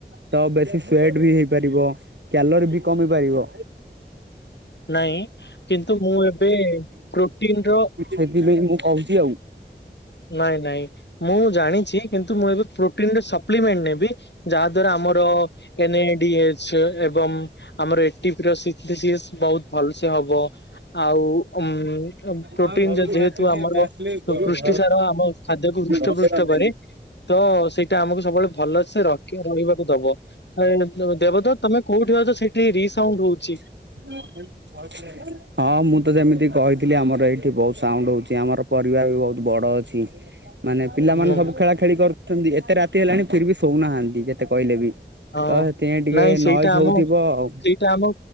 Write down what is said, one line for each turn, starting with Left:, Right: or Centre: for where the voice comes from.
Right: ତ ବେଶୀ ସ୍ଵେଟ ବି ହେଇପାରିବ କ୍ୟାଲର ବି କମି ପାରିବ।
Left: ନାଇଁ କିନ୍ତୁ ମୁଁ ଏବେ ପ୍ରୋଟିନ ର
Right: ହେଥିପାଇଁ ମୁଁ କହୁଛି ଆଉ
Left: ନାଇଁ ନାଇଁ ମୁଁ ଜାଣିଛି କିନ୍ତୁ ମୁଁ ଏବେ ପ୍ରୋଟିନ ର ସପ୍ଲିମେଣ୍ଟ ନେ ବି ଯାହା ଦ୍ଵାରା ଆମର ଏନ ଏ ଡି ଏଚ୍ ଏବଂ ଆମର ଏଟିପ <unintelligible> ବହୁତ ଭଲସେ ହବ ଆଉ ଉମ -ପ୍ରୋଟିନ
Right: ହଁ ଘରୁ ପଳେଇ
Left: ଯେହେତୁ ଆମର
Right: ଆସିଲି
Left: ପୃ
Right: ଏବେ
Left: ପୃଷ୍ଟିସାର ଆମ ଖାଦ୍ୟକୁୁ ହୃଷ୍ଟ
Right: ଆସିଲି।
Left: ପୃଷ୍ଟ କରେ ତ ସେ ଟା ଆମକୁ ସବୁବେଳେ ଭଲସେ ରଖୀ ରହିବାକୁ ଦବ ଦେବଦତ୍ ତମେ କୋଉଠି ଅଛ ସେଇଠି ରିସାଉଣ୍ଡ ହଉଛି।
Right: <inaudible> ହଁ ମୁଁ ତ ଯେମିତି କହିଥିଲି ଆମର ଏଇଠି ବହୁତ ସାଉଣ୍ଡ ହଉଛି ଆମର ପରିବାର ବି ବହୁତ ବଡ ଅଛି। <unintelligible> ମାନେ ପିଲାମାନେ
Left: ହୁଁ,
Right: ସବୁ ଖେଳା ଖେଳି କରୁଛନ୍ତି ଏତେ ରାତି ହେଲାଣି ଫିର ବି ଶୋଉନାହାନ୍ତି ଯେତେ କହିଲେ ବି।
Left: ହଁ
Right: ତ ହେଥିପାଇଁ ଟିକେ
Left: ନାଇଁ ସେଇଟା
Right: ନଏଜ୍
Left: ଆମ
Right: ହଉଥିବ ଆଉ।
Left: ସେଇଟା ଆମ